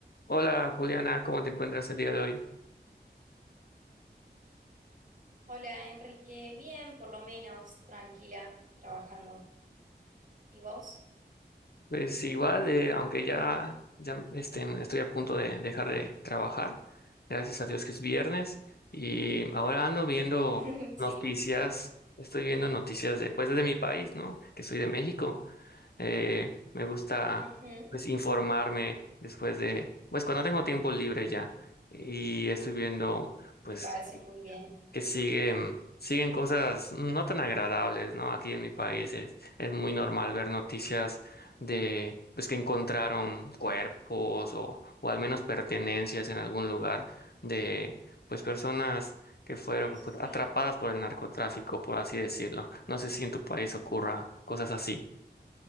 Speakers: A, on the left (about 65°); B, on the right (about 45°).
A: Hola Juliana, ¿cómo te encuentras el día de hoy?
B: Hola Enrique, bien, por lo menos, tranquila, trabajando. ¿Y vos?
A: Pues igual, eh, aunque ya, ya este, estoy a punto de dejar de trabajar, gracias a Dios que es viernes, y ahora ando viendo
B: <laughs>
A: noticias,
B: Sí,
A: estoy viendo noticias de, pues, de mi país, ¿no? Que soy de México. Eh, me gusta
B: Ujú,
A: pues informarme después de, pues cuando tengo tiempo libre ya, y estoy viendo pues
B: Me parece muy bien.
A: que siguen, siguen cosas no tan agradables, ¿no? Aquí en mi país es, es muy normal ver noticias de, pues que encontraron cuerpos o, o al menos pertenencias en algún lugar de, pues personas que fueron
B: Ay, sí.
A: pues, atrapadas por el narcotráfico, por así decirlo. No sé si en tu país ocurra cosas así.